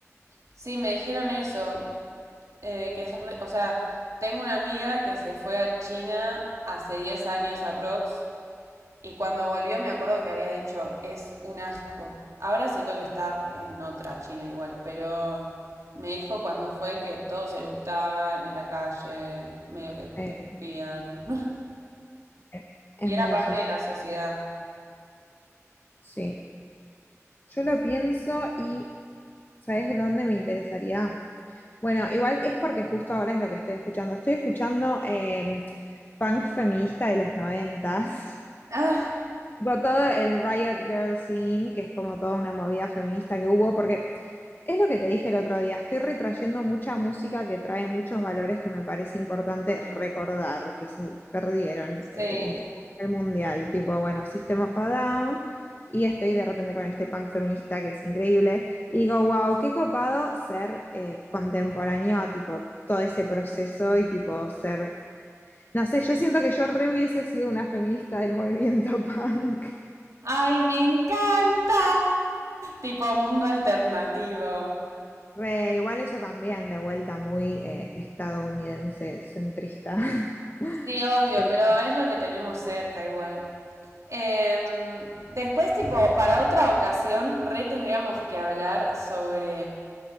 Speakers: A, on the right; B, on the left.
A: sí, me dijeron eso. eh, que es, re- o sea, tengo una amiga que se fue a China hace 10 años aprox y cuando volvió me acuerdo que había dicho, es un asco. Ahora siento que está en otra China igual, pero me dijo cuando fue que todos eructaban en la calle, medio que
B: Eh,
A: te espían. <laughs>
B: eh,
A: Y
B: es
A: era
B: medio
A: parte
B: sucio.
A: de la sociedad.
B: Sí. Yo lo pienso y ¿sabes dónde me interesaría? Bueno, igual es porque justo ahora es lo que estoy escuchando. Estoy escuchando eh, punk feminista de los noventas. <laughs>
A: Ah,
B: Tipo todo el Riot Girl scene, que es como toda una movida feminista que hubo, porque es lo que te dije el otro día, estoy retrayendo mucha música que trae muchos valores que me parece importante recordar, que se perdieron
A: sí.
B: eh, el mundial, tipo, bueno, System of a Down, y estoy de repente con este punk feminista que es increíble, y digo, wow, qué copado ser eh, contemporáneo a tipo todo ese proceso y tipo ser, no sé, yo siento que yo re hubiese sido una feminista del movimiento <laughs> punk.
A: ¡Ay, me encanta! Tipo mundo alternativo.
B: Re, igual eso también, de vuelta muy eh, estadounidense, centrista. <laughs>
A: Sí, obvio,
B: Pero
A: pero es lo que tenemos cerca igual. Eh, después, tipo, para otra ocasión, re tendríamos que hablar sobre,